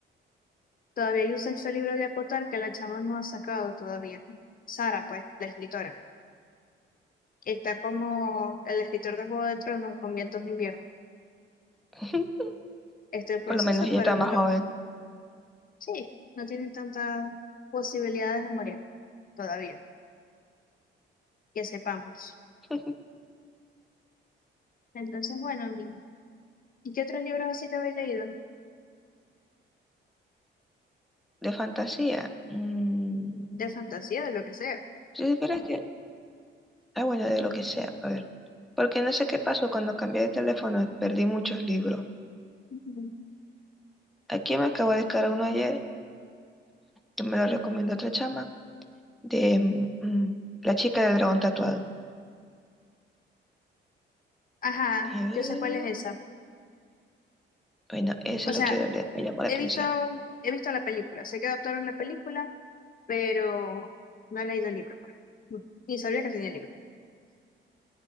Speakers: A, on the left (about 45°); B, in the centre.
A: Todavía hay un sexto libro de Acotar que la chama no ha sacado todavía. Sara, pues, la escritora. Está como el escritor de Juego de Tronos con Vientos de Invierno.
B: <laughs>
A: Está en proceso,
B: Por lo menos ella
A: pero
B: está
A: no
B: más
A: lo,
B: joven.
A: Sí, no tiene tantas posibilidades de morir todavía, que sepamos.
B: <laughs>
A: Entonces, bueno, amigo. ¿Y qué otros libros así te habéis leído?
B: De fantasía. Mm,
A: De fantasía, de lo que sea.
B: si supieras que Ah, bueno, de lo que sea, a ver. Porque no sé qué pasó cuando cambié de teléfono, perdí muchos libros.
A: Ujú.
B: Aquí me acabo de descargar uno ayer, que me lo recomendó otra chama, de mm, La chica del dragón tatuado.
A: Ajá,
B: Eh,
A: yo sé cuál es esa.
B: bueno, ese
A: O
B: lo
A: sea,
B: quiero leer, me llamó la
A: he
B: atención.
A: visto, he visto la película, sé que adaptaron la película, pero no he leído el libro, pues. Ni sabía que tenía libro.